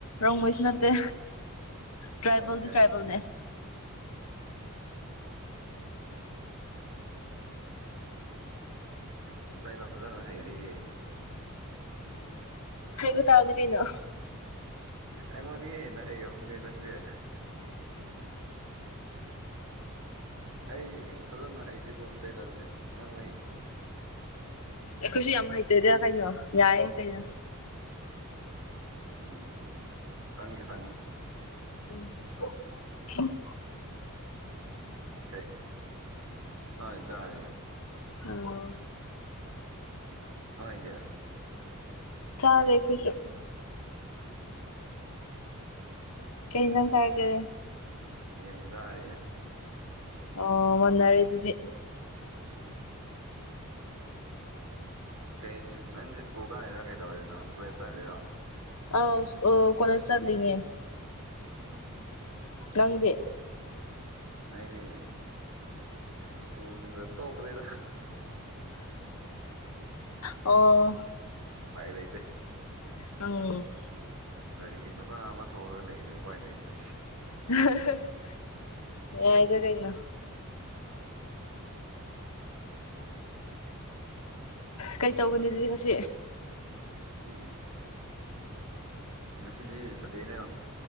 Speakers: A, on the left; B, on the right.
A: ꯔꯣꯡꯕꯩꯁꯨ ꯅꯠꯇꯦ ꯇ꯭ꯔꯥꯏꯕꯜꯗꯤ
B: ꯀꯩ
A: ꯇ꯭ꯔꯥꯏꯕꯦꯜꯅꯦ
B: ꯎꯝ ꯁ ꯇꯥꯏ ꯂ ꯐꯖꯅ ꯍꯥꯏꯩꯔꯤꯦ
A: ꯍꯥꯏꯕ ꯇꯥꯕꯅꯦ ꯀꯩꯅꯣ
B: ꯑꯩꯉꯣꯟꯗꯒꯤ ꯍꯦꯟꯅ ꯍꯩꯔꯝꯅꯦ ꯅꯪꯁꯦ ꯑꯩ ꯁꯗꯣꯅ ꯍꯩꯗꯦꯀꯣ ꯏꯇꯩꯂꯣꯟꯁꯦ ꯅꯪꯕꯨ ꯍꯩꯗꯤꯦ
A: ꯑꯩꯈꯣꯏꯁꯨ ꯌꯥꯝ ꯍꯩꯇꯣꯏꯗ ꯀꯩꯅꯣ ꯌꯥꯏ ꯀꯩꯅꯣ
B: ꯎꯝ ꯈꯤ ꯇꯪꯈꯤꯇꯥꯡꯪ
A: ꯎꯝ
B: ꯩ ꯍꯣꯏ ꯆꯥꯔꯤꯦ
A: ꯎꯝ
B: ꯅꯣꯏ ꯏꯗ꯭ꯌꯥ
A: ꯁꯔꯦ ꯈꯨꯁꯨ
B: ꯎꯝ
A: ꯇꯔꯤꯖꯥꯡ ꯆꯒ
B: ꯌꯦꯟꯖꯔꯤ꯫
A: ꯑ ꯃꯟꯔꯦ ꯑꯗꯨꯗꯤ
B: ꯎꯝ ꯀꯩ ꯅꯪꯗꯤ ꯁ꯭ꯀꯨꯜ ꯀꯥꯔꯤꯅꯣ ꯀꯩꯗꯧꯔꯤꯅ ꯀꯣꯂꯦꯖ ꯆꯥꯗ꯭ꯔꯤꯔꯣ
A: ꯑꯥꯎ ꯑꯣ ꯀꯣꯂꯦꯖ ꯆꯠꯂꯤꯅꯦ
B: ꯎꯝ
A: ꯅꯪꯁꯦ
B: ꯑꯏꯗꯤ ꯁ꯭ꯀꯨꯜꯒ ꯇꯣ ꯑꯣ꯭ꯔꯦꯗ
A: ꯑꯣ
B: ꯄꯥꯏ ꯂꯩꯇꯦ
A: ꯑꯝ
B: ꯒꯥꯔꯤ ꯃꯆꯥ ꯑꯃ ꯊꯧꯔꯒ ꯂꯩꯔꯦ ꯎꯄꯥꯏ ꯂꯩꯇ꯭ꯔꯦ
A: <unintelligible> ꯌꯥꯏꯗ ꯀꯩꯅꯣ ꯀꯩ ꯇꯧꯒꯅꯤ ꯑꯗꯨꯗꯤ ꯉꯁꯤ
B: ꯎ ꯉꯁꯤꯗꯤ ꯁꯟꯗꯦꯅꯦ